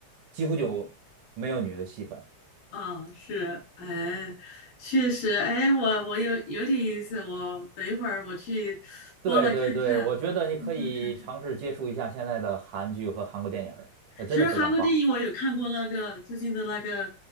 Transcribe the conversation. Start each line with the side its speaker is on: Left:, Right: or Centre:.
Right: 几乎就没有女的戏份。
Left: 啊，是，哎，确实，哎，我我有有点意思，我等一会儿我去包来看看，
Right: 对对对，我觉得你可以尝试接触一下现在的韩剧和韩国电影儿那真的非常棒
Left: 看看看。其实韩国电影我有看过那个最近的那个